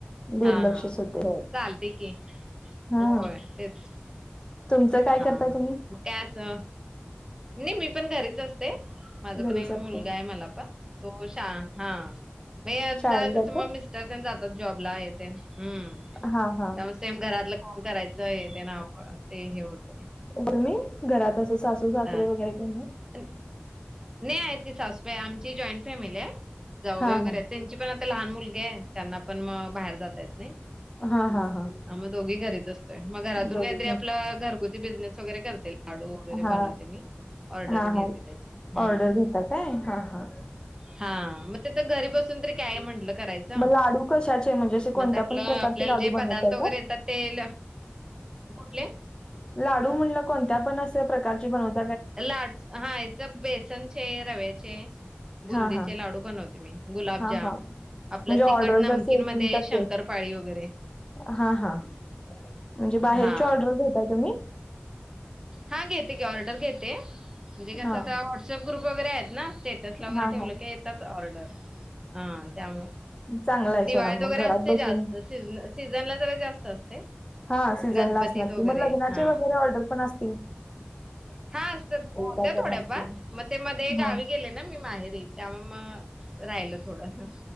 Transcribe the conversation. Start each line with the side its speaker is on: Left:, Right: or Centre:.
Left: दुर्लक्षच
Right: हा, हा
Left: होते होय
Right: चालतयं की,
Left: हा
Right: होय. तेच
Left: तुमचं काय
Right: हा
Left: करता
Right: हा
Left: तुम्ही
Right: मग काय असं? नाही, मी पण घरीच असते. माझा
Left: घरीच
Right: पण एक मुलगा
Left: असताय
Right: आहे मला पण तो शा हा मग हे आता
Left: शाळेत जाता
Right: कसं म तर जातात जॉबला येतेन हम्म
Left: हा हा
Right: त्यामुळे सेम घरातलं कोण करायचं हे ते हे होते.
Left: तुम्ही घरात असं सासू, सासरे
Right: हा
Left: वगैरे कोणी नाही?
Right: नाही आहेत की सासुबाई, आमची जॉईंट फॅमिली आहे जावूबाई
Left: हा
Right: वगैरे
Left: हा
Right: आहेत. त्यांची पण आता लहान मुलगी आहे त्यांना पण मग बाहेर जात येत नाही.
Left: हा हा हा
Right: ह मग दोघी घरीच असतोय, मग घरातून
Left: बरोबर
Right: काहीतरी आपला घरगुती बिझनेस वगैरे करते लाडू वगैरे
Left: हा
Right: बनवते मी. ऑर्डर
Left: हा
Right: घेते
Left: हा
Right: त्याच्या, हम्म
Left: ऑर्डर घेता काय हा हा
Right: हा मग घरी बसून तरी काय म्हटलं करायचं
Left: मग लाडू कशाचे म्हणजे असे
Right: मग
Left: कोणत्या
Right: आपलं
Left: पण प्रकारचे
Right: आपल्याला
Left: लाडू
Right: जे पदार्थ
Left: बनवताय
Right: वगैरे
Left: का
Right: येतात ते कुठले?
Left: लाडू म्हणलं कोणत्या पण असं प्रकारची बनवत?
Right: लाडू हयाच बेसनचे, रव्याचे बुंदीचे
Left: हा हा
Right: लाडू बनवते मी, गुलाबजाम
Left: हा हा
Right: आपलं
Left: म्हणजे ऑर्डर
Right: तिखट नमकीन
Left: जसे येतील
Right: मध्ये
Left: तसे
Right: शंकरपाळी वगैरे
Left: हा हा. म्हणजे बाहेरची
Right: हा
Left: ऑर्डर घेता तुम्ही?
Right: हा घेते की, ऑर्डर घेते म्हणजे कसं
Left: हा
Right: आता व्हॉट्सअप ग्रुप वगैरे आहेत ना स्टेट स्टेटसला वगैरे
Left: हा
Right: ठेवल
Left: हा
Right: की येतात ऑर्डर हा त्यामुळे
Left: चांगला आहे
Right: दिवाळीत
Left: सोडा मग
Right: वगैरे असते
Left: घरात बसून
Right: जास्त स सीझनला जरा जास्त असते.
Left: हा सीझन
Right: गणपतीत
Left: ला असणार
Right: वगैरे
Left: की, मग लग्नाचे
Right: हा
Left: वगैरे ऑर्डर पण असते
Right: हा असतात होत्या
Left: गाजर,
Right: थोड्याफार
Left: नमकीन.
Right: मग ते मध्ये
Left: हां.
Right: गावी गेले ना मी माहेरी त्यामुळे मग राहिलं थोडं